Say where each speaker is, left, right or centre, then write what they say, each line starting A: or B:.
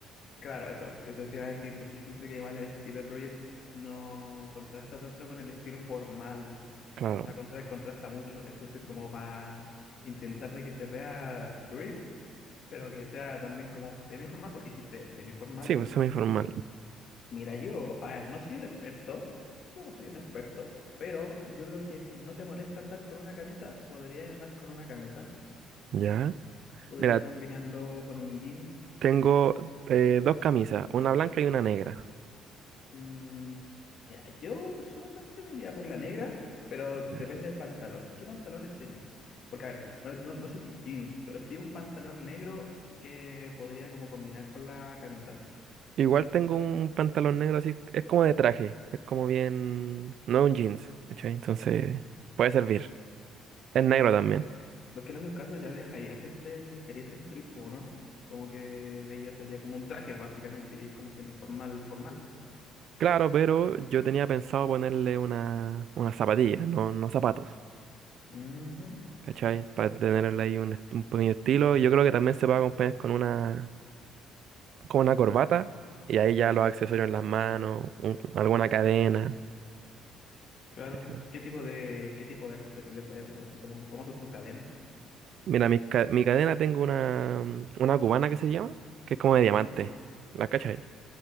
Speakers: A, on the left; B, on the right.
A: claro, eso, eso te iba a decir, porque siento que igual el estilo drip no contrasta tanto con el estilo formal,
B: Claro.
A: o sea, contra- contrasta mucho, entonces como para intentar de que se vea drip, pero que sea también como semiformal, porque dijiste semiformal.
B: Sí, pues semi-formal.
A: Mira, yo, a ver, no soy un experto, yo no soy un experto, pero yo creo que si no te molesta andar con una camisa, podrías andar con una camisa,
B: Ya.
A: podríais
B: Mira,
A: combinarlo con un jeans.
B: tengo eh, dos camisas, una blanca y una negra.
A: Mm, mira, yo personalmente me iría por la negra, pero
B: Ya.
A: depende del pantalón. ¿Qué pantalones tenéis? Porque, a ver, no, no, no sé si jeans, pero sí un pantalón negro que podría como combinar con la camisa.
B: Igual tengo un pantalón negro así, es como de traje, es como bien, no es un jeans, ¿cachai? Entonces, puede servir. Es negro también.
A: Pues que en esos casos ya dejaría ser de, dejaría ser drip, po, ¿no? Como que ahí ya sería como un traje, básicamente iría como semiformal, formal.
B: Claro, pero yo tenía pensado ponerle una, una zapatilla, no, no zapatos,
A: Ujú.
B: ¿cachai? Para tenerle ahí un, est- un pequeño estilo. Yo creo que también se puede acompañar con una, con una corbata y ahí ya los accesorios en las manos, un- alguna cadena.
A: Claro.
B: ¿cachai?
A: ¿Qué tipo de, qué tipo de accesorios les voy a poner? Así como, ¿cómo son tus cadenas?
B: Mira, mi, ca- mi cadena tengo una, mm, una cubana que se llama, que es como de diamante.
A: Ujú.
B: ¿La cachai?